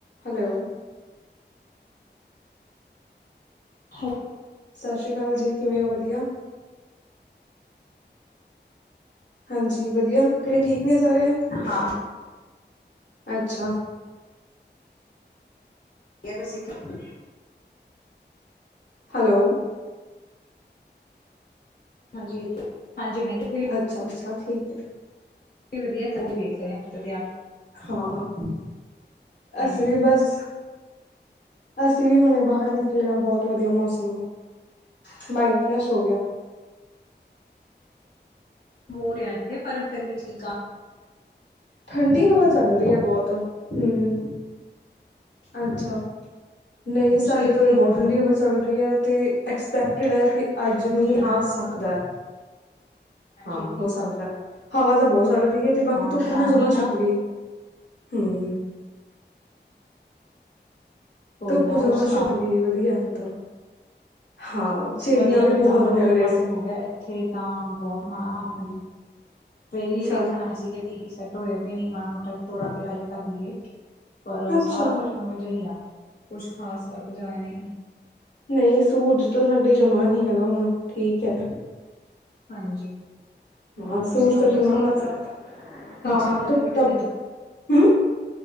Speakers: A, on the left (about 75°); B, on the left (about 55°).
A: Hello
B: ਹੈਲ
A: ਸਾ ਸ਼੍ਰੀ ਕਾਲ ਜੀ ਕਿਵੇਂ ਓ ਵਧੀਆ? ਹਾਂਜੀ ਵਧੀਆ ਘਰੇ ਠੀਕ ਨੇ ਸਾਰੇ?
B: ਹਾਂ
A: ਅੱਛਾ।
B: ਦੀਆ ਤੁਸੀਂ ਕੀ ਕਰ
A: ਹਲੋ।
B: ਹਾਂਜੀ, ਇੱਥੇ ਹਾਂਜੀ ਮੈਂ ਕਿੱਥੇ ਵੀ
A: ਅੱਛਾ-ਅੱਛਾ ਠੀਕ ਐ।
B: ਵਧੀਆ ਸੂਟ ਵੇਖ ਰੇ ਆਂ <unintelligible>
A: ਹਾਂ,
B: ਕਿਵੇਂ
A: ਅਸੀ ਵੀ
B: ਆ
A: ਬਸ ਅਸੀ ਵੀ ਹੁਣੇ ਬਾਹਰ ਨਿਕਲੇ ਆਂ ਬੋਤ ਵਧੀਆ ਮੌਸਮ ਆ ਮਾਇੰਡ ਫਰੈਸ਼ ਹੋ ਗਿਆ।
B: ਹੋ ਰਿਆ ਏਥੇ ਪਰ ਫੇਰ ਵੀ ਠੀਕ ਆ।
A: ਠੰਡੀ ਹਵਾ ਚੱਲ ਰੀ ਆ ਬੋਤ, ਹਮ ਅੱਛਾ, ਨਈ
B: ਅੱਛਾ
A: ਸਾਡੇ
B: ਇੱਥੇ
A: ਤਾਂ ਓਰੇ ਬੋਤ
B: ਹਾਂਜੀ
A: ਠੰਡੀ ਹਵਾ ਚਲ ਰੀ ਐ ਤੇ ਐਕਸਪੈਕਟਡ ਐ ਕੀ ਅੱਜ ਮ੍ਹੀਂ
B: ਜਾਣਾ
A: ਆ ਸਕਦੈ। ਹਾਂ,
B: ਛੇਤੀ
A: ਹੋ ਸਕਦੈ ਹਵਾ ਤਾਂ ਬੋਤ ਚੱਲ ਰੀਐ ਤੇ ਬਾਕੀ
B: ਹਾਂ
A: ਧੁੱਪ
B: ਤਾਂ
A: ਨਾ ਜਮਾਂ
B: ਹੀ
A: ਛਿਪ ਗੀ। ਹਮ।
B: ਕੋਈ
A: ਧੁੱਪ
B: ਨਾ
A: ਜਮਾਂ
B: ਹੋਰ ਸੁਣਾਓ
A: ਛਿਪ ਗੀ, ਵਧੀਆ ਹੁਣ ਤਾਂ, ਹਾਂ। ਚਿੜੀਆਂ
B: ਵਧੀਆ
A: ਵੀ
B: ਫੇਰ
A: ਬਹੁਤ
B: ਤਾਂ ਤੁਆਡੇ
A: ਨੇ
B: ਵਾਲੇ
A: ਉਰੇ
B: ਪਾਸੇ ਹੋ ਗਿਐ, ਏ ਉੱਥੇ ਤਾਂ ਬੋਤ ਮਾੜਾ ਹਾਲ ਹਜੇ ਫੇ
A: ਅੱਛਾ
B: ਵੀ ਵੇਖਣ ਆਏ ਸੀਗੇ ਵੀ <unintelligible> ਟੋਇਆ ਕੇ ਨਈ ਮਾੜਾ-ਮੋਟਾ ਤੋਰਾ ਫੇਰਾ ਈ ਕਰਲੀਏ ਪਰ
A: ਅੱਛਾ
B: ਸਾਰਾ ਕੋਛ ਓਵੇਂ ਜਾ ਈ ਆ ਕੁਛ ਖਾਸ ਫਰਕ ਜਾ ਆਇਆ ਈ ਨੀ।
A: ਨਈ ਸੂਰਜ ਤਾਂ ਸਾਡੇ ਜਮਾਂ ਨੀ ਹੈਗਾ ਹੁਣ ਠੀਕ ਐ।
B: ਹਾਂਜੀ।
A: ਹਾਂ
B: ਹੋਰ
A: ਸੂਰਜ
B: ਸੁਣਾਓ
A: ਤਾਂ ਜਮਾ
B: ਤੁਸੀਂ
A: ਬਸ
B: ਕੀ
A: ਹਾਂ
B: ਚੱਲਦਾ ਪਿਆ
A: ਧੁੱਪ
B: ਤੁਆਡੇ
A: ਤਾਂ
B: ਘਰੇ?
A: ਹਮ